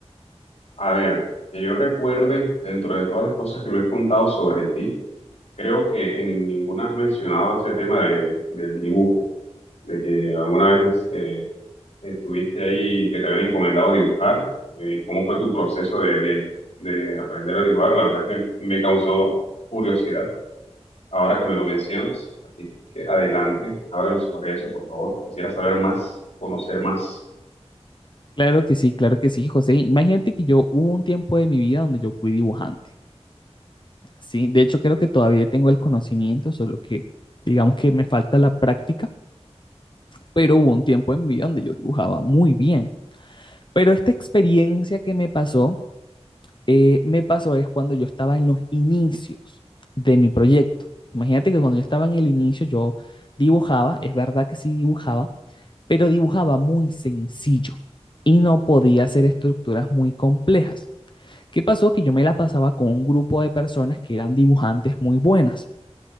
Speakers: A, on the left; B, on the left.
A: A ver, que yo recuerde, dentro de todas las cosas que me has contado sobre ti, creo que en ninguna has mencionado ese tema de, del dibujo, de que alguna vez eh, estuviste ahí y que te habían encomendado dibujar. Eh, ¿cómo fue tu proceso de, de- de aprender a dibujar? La verdad que me causó curiosidad ahora que me lo mencionas. Así que adelante, háblame sobre eso, por favor. Quisiera saber más, conocer más.
B: Claro que sí, claro que sí, José. Imagínate que yo hubo un tiempo de mi vida donde yo fui dibujante, ¿sí? De hecho, creo que todavía tengo el conocimiento, solo que digamos que me falta la práctica, pero hubo un tiempo en mi vida donde yo dibujaba muy bien. Pero esta experiencia que me pasó, eh, me pasó es cuando yo estaba en los inicios de mi proyecto. Imagínate que cuando yo estaba en el inicio, yo dibujaba, es verdad que sí dibujaba, pero dibujaba muy sencillo y no podía hacer estructuras muy complejas. ¿Qué pasó? Que yo me la pasaba con un grupo de personas que eran dibujantes muy buenas.